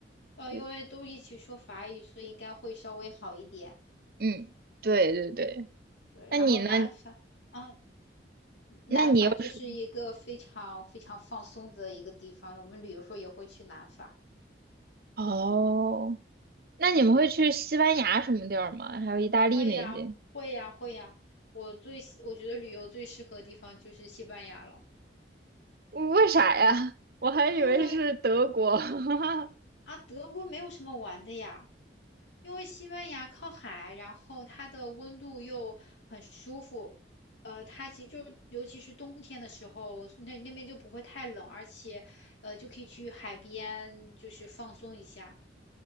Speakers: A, on the left (about 85°); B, on the right (about 55°).
A: 呃，
B: 对，
A: 因为都一起说法语，所以应该会稍微好一点。
B: 嗯，对对对。
A: 对，
B: 那你呢？
A: 然后南法，啊，南法就是一个非常非常放松的一个地方，
B: 那你又是
A: 我们旅游时候也会去南法。
B: 哦，那你们会去西班牙什么地儿吗？还有意大利那些？
A: 会呀，会呀，会呀。我最喜，我觉得旅游最适合的地方就是西班牙了，
B: 为啥呀？我还以为是德国
A: 因为
B: <laughs>
A: 啊，德国没有什么玩的呀，因为西班牙靠海，然后它的温度又很舒服，呃，它其实就尤其是冬天的时候，那那边就不会太冷，而且呃就可以去海边就是放松一下。